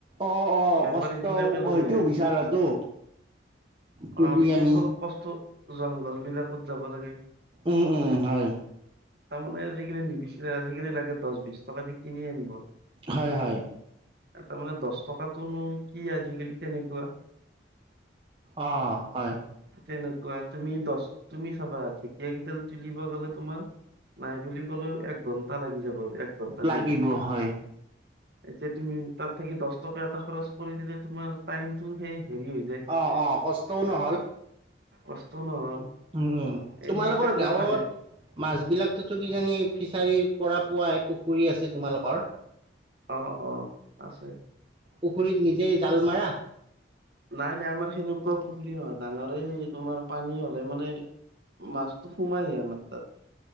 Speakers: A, on the right; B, on the right.
A: অ', অ',
B: বেপাৰী
A: কষ্ট
B: বিলাকে লৈ
A: হয়তো
B: আহে
A: বিচাৰটো। তুলি
B: অ', বিচাৰোতে
A: আনি।
B: অলপ কষ্ট জংঘল বিলাকত যাব লাগে।
A: উম' উম' হয়।
B: তাৰমানে আজিকালি নিবিচাৰে আজিকালি লাগে দহ বিশ টকা দি কিনি আনিব।
A: হয়' হয়।
B: তাৰমানে দহ টকাতোনো কি আজিকালি তেনেকুৱা।
A: অ', হয়।
B: তেনেকুৱা তুমি দহ তুমি চাবা ঢেকীয়া কেইডাল তুলিব গ'লে তোমাৰ। নাই বুলি কলেও এক ঘণ্টা লাগি যাব এক ঘণ্টা
A: লাগিব
B: দুই ঘণ্টা।
A: হয়।
B: এতিয়া তুমি তাত থাকি দহ টকা এটা খৰচ কৰি দিলে তোমাৰ টাইমতটো সেই হেৰি হৈ যায়।
A: অ', অ', কষ্টও নহ'ল।
B: কষ্ট নহ'ল।
A: উম, তোমালোকৰ
B: এই সেইকাৰণে
A: গাঁৱত
B: মানে
A: মাছ বিলাকটোতো কিজানি ফিচাৰী পৰা পুৱাহে পুখুৰী আছে তোমালোকৰ।
B: অ', অ', আছে।
A: পুখুৰীত নিজেই জাল মাৰা?
B: নাই নাই আমাৰ সেনেকুৱা পুখুৰী নহয়, ডাঙৰে এই তোমাৰ পানী হ'লে মানে মাছটো সোমাই যায় আমাৰ তাত।